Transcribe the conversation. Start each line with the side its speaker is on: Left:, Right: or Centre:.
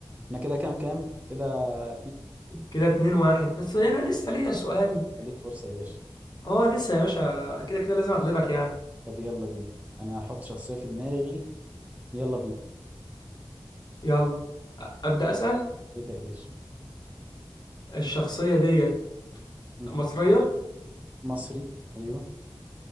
Right: احنا كده كام كام كده اتنين
Left: كده اتنين واحد بس انا لسه ليا سؤال
Right: ليك فرصة يا باشا
Left: اه لسه يا باشا كده كده لازم اغلبك يعني
Right: طب يلا بينا انا هحط شخصية في دماغي يلا بينا
Left: يلا أ- ابدا اسال
Right: ابدأ يا باشا
Left: الشخصيه ديت
Right: مم.
Left: مصريه
Right: مصري ايوه